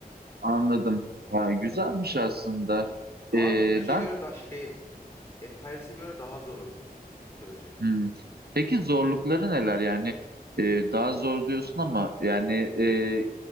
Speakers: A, on the right; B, on the left.
A: anladım. Ha, güzelmiş aslında.
B: Ama
A: Ee,
B: mitolojiye
A: ben
B: göre daha şey Empires'e göre daha zor oyun. Mitoloji.
A: hmm, peki zorlukları neler yani e, daha zor diyorsun ama yani e,